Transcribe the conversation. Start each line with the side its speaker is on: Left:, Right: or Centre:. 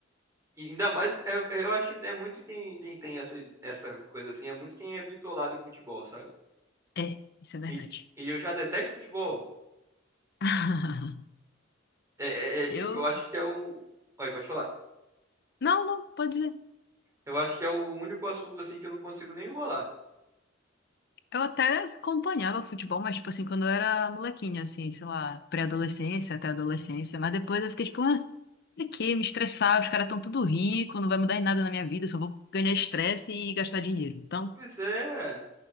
Right: E ainda mais, é- eu acho que é muito quem, quem tem essa, essa coisa assim, é muito quem é bitolado em futebol, sabe?
Left: É, isso é verdade.
Right: E, e eu já detesto futebol.
Left: <laughs>
Right: É, é- é tipo,
Left: Eu.
Right: eu acho que é o. Olha, pode falar.
Left: Não, não, pode dizer.
Right: Eu acho que é o único assunto assim que eu não consigo nem enrolar.
Left: Eu até acompanhava futebol, mas, tipo assim, quando eu era molequinha, assim, sei lá, pré-adolescência até adolescência. Mas depois eu fiquei tipo, ah, pra quê? Me estressar, os caras tão tudo rico, não vai mudar em nada na minha vida, eu só vou ganhar estresse e gastar dinheiro. Então,
Right: Pois é.